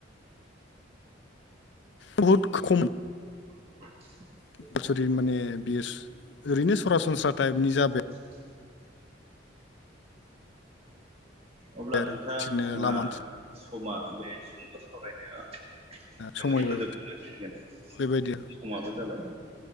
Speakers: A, on the left; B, on the right.
A: बहुत खम
B: <inaudible>
A: <unintelligible> माने बियो ओरैनो सरासनस्रा टाइपनि जाबाय
B: <inaudible> अब्ला
A: आरो
B: नोंथां
A: बिदिनो
B: जोंहा
A: लामा
B: समा बे सुंद सावरायनाया बेयावनो
A: समायबो
B: फोजोबनांसिगोन
A: बेबायदि
B: समाबो जाबाय